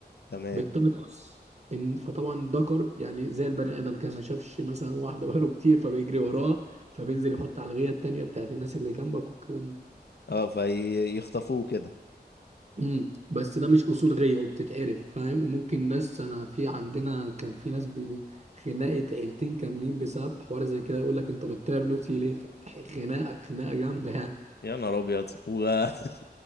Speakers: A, on the left; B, on the right.
A: تمام
B: بتقص ان فطبعا ذكر يعني زي البني ادم كده ما شافش مثلا واحده بقاله كتير فبيجري وراها فبينزل يحط على الغيه التانيه بتاعت الناس اللي جنبك والكلام ده
A: اه فيخطفوه كده
B: امم بس ده مش اصول غيه وبتتعرف فاهم وممكن ناس انا في عندنا كان في ناس بيبي خناقه عيلتين كاملين بسبب حوار زي كده يقول لك انت بتطير نوتي ليه ف- خناقه خناقه جامده يعني
A: يا نهار ابيض و... <laughs>